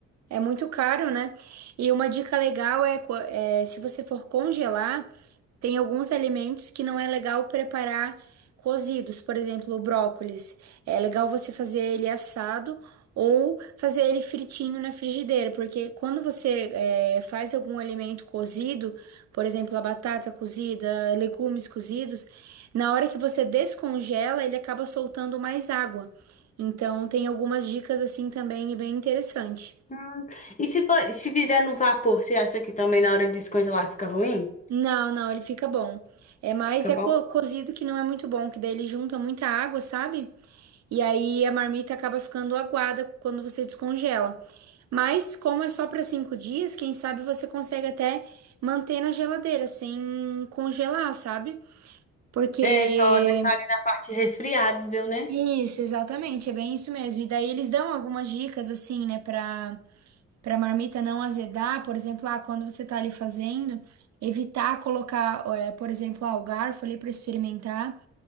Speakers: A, on the right; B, on the left.
A: É muito caro, né? E uma dica legal é, co- é se você for congelar. Tem alguns alimentos que não é legal preparar cozidos, por exemplo, o brócolis. É legal você fazer ele assado ou fazer ele fritinho na frigideira, porque quando você eh, faz algum alimento cozido, por exemplo, a batata cozida, legumes cozidos, na hora que você descongela, ele acaba soltando mais água. Então, tem algumas dicas assim também e bem interessante.
B: Hum. E se, for- se fizer no vapor, você acha que também na hora de descongelar fica ruim?
A: Não, não, ele fica bom. É mais
B: Fica
A: é
B: bom?
A: co- cozido que não é muito bom, que daí ele junta muita água, sabe? E aí a marmita acaba ficando aguada quando você descongela. Mas como é só para cinco dias, quem sabe você consegue até manter na geladeira sem congelar, sabe? Porque
B: É, só deixar ali na parte resfriável, né?
A: isso, exatamente, é bem isso mesmo. E daí eles dão algumas dicas assim, né, para para a marmita não azedar, por exemplo, ah, quando você está ali fazendo, evitar colocar, eh, por exemplo, ah, o garfo ali para experimentar,